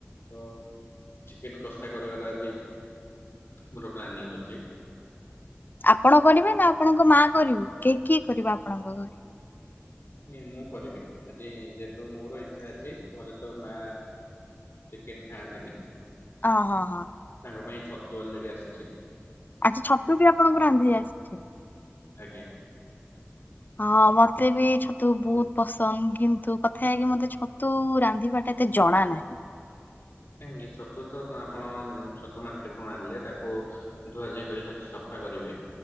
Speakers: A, on the left; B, on the left.
A: ତ ଚିକେନ୍ କଷା କରିବାର ଆଜି ମୋର ପ୍ଲାନିଂ ଅଛି।
B: ଆପଣ କରିବେ ନା ଆପଣଙ୍କ ମା କରିବେ କ କିଏ କରିବ ଆପଣଙ୍କ ଘରେ?
A: ନାଇଁ ମୁଁ କରିବି ଆଜି ଯେହେତୁ ମୋର ଇଚ୍ଛା ଅଛି, ଘରେ ତ ମା ଚିକେନ୍ ଖାଆନ୍ତିନି।
B: ଅହ ହଁ।
A: ତାଙ୍କ ପାଇଁ ଛତୁ ଅଲରେଡ଼ି ଆସିଚି।
B: ଆଚ୍ଛା ଛତୁ ବି ଆପଣଙ୍କୁ ରାନ୍ଧି ଆସୁଚି।
A: ଆଜ୍ଞା <unintelligible>
B: ହଁ ମତେ ବି ଛତୁ ବହୁତ ପସନ୍ଦ କିନ୍ତୁ କଥା ଏଇଆ କି ମତେ ଛତୁ ରାନ୍ଧିବାଟା ଏତେ ଜଣା ନାହିଁ।
A: କାହିଁକି ଛତୁ ତ ଆପଣ ଛତୁ ମାର୍କେଟ ରୁ ଆଣିଲେ ତାକୁ ଧୁଆ ଧୁଇ କରି ରଖି ସ ସଫା କରିବେ